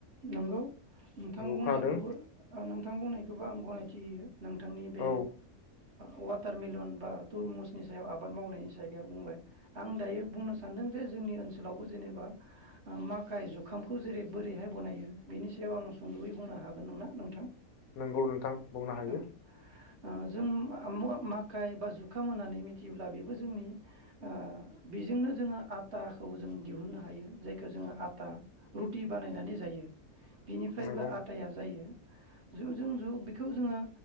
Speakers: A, on the right; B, on the left.
A: नोंगौ नोंथां
B: नोंगौ
A: बुंनायखौबो
B: खोनादों
A: ओ नोंथां बुंनाय थेवबो आं गनायथि होयो नोंथांनि बे
B: औ
A: ओ वाटारमिलन बा तुरमुसनि सायाव आब आबाद मावनायनि सायगायाव बुंबाय आं दायो बुंनो सानदों जे जोंनि ओनसोलावबो जेनेबा ओ माखाइ जु खामखौ जेरै बोरैहाय बनायो बिनि सायाव आं सुंदयै बुंनो हागोन नंना नोंथां?
B: नोंगौ नोंथां बुंनो हायो।
A: औ ओ जों <unintelligible> माखाय बा जुखाम होननानै मिथियोब्ला बेबो जोंनि ओ बेजोंनो जोङो आटाखौ जों दिहुननो हायो जायखौ जोङो आटा रुटि बानायनानै जायो। बिनिफ्रायबो
B: नंगौ
A: आटाया जायो। जु जों जु बेखौ जोङो